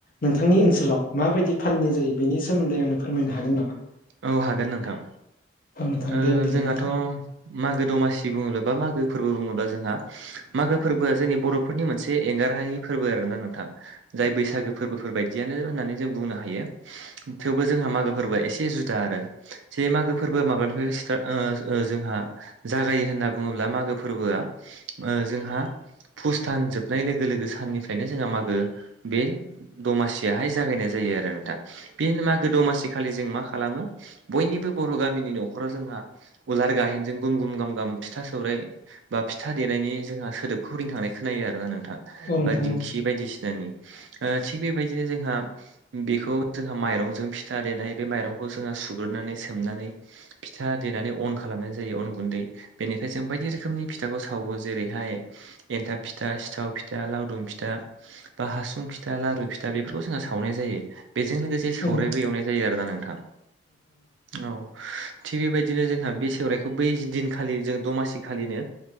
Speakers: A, on the left; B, on the right.
A: नोंथांनि ओनसोलाव माबायदि फालिनाय जायो बेनि सोमोन्दै आंनो फोरमायनो हागोन नामा
B: औ हागोन नोंथां
A: औ नोंथां
B: ओ
A: दे बिदिबा नोंथां
B: <unintelligible> मागो दमासि बुङोब्ला बा मागो फोरबो बुङोब्ला जोंहा मागो फोरबोआ जोंनि बर'फोरनि मोनसे एंगारहायै फोरबो आरो ना नोंथां जाय बैसागो फोरबोफोर बायदि दियानो होननानै जों बुंनो हायो थेवबो जोंहा मागो फोरबोआ एसे जुदा आरो जे मागो फोरबोआ माब्लानिफ्राय स्टार्ट ओ जोंहा जागायो होनना बुङोब्ला मागो फोरबोआ ओ जोंहा पुष दान जोबनाय लोगो लोगो साननिफ्रायनो जोंहा मागो बे दमासियाहाय जा जागायनाय जायो आरो नोंथां। बे मागो दमासि खालि जों मा खालामो बयनिबो बर' गामिनि न'खराव जोंहा उलार गाहेनजों गुम गुम गाम गाम फिथा सौराय बा फिथा देनायनि जोंहा सोदोब खौ रिंखांनाय खोनायो आरोना नोंथां
A: औ नोंथां
B: बा दिंखि बायदिसिनानि ओ थिग बेबायदिनो जोंहा बिखौ जोंहा माइरंजों फिथा देनाय बे माइरंखौ जोंहा सुग्रोनानै सोमनानै फिथा देनानै अन खालामनाय जायो अन गुन्दै बेनिफाय जों बायदि रोखोमनि फिथाखौ सावो जेरैहाय एन्थाब फिथा सिथाव फिथा लावदुम फिथा बा हासुं फिथा लारु फिथा बेफोरखौ जोंहा सावनाय जायो बेजों लोगोसे
A: औ
B: सौरायबो एवनाय जायो आरोना नोंथां औ थिग बेबायदि दिनो जोंहा बि सौरायखौ बै दिनखालि जों दमासि खालिनो